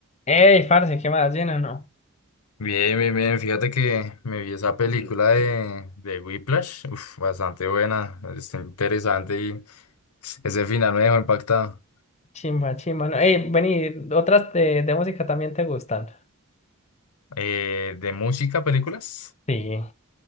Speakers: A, on the left; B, on the left.
A: Ey, parce, ¿qué más? ¿Bien o no?
B: Bien, bien, bien. Fíjate que me vi esa película de, de Whiplash. Uf, bastante buena. Está interesante y ese final me dejó impactado.
A: Chimba, chimba, no. Ey, vení, ¿otras de, de música también te gustan?
B: Eh, ¿de música, películas?
A: Sí.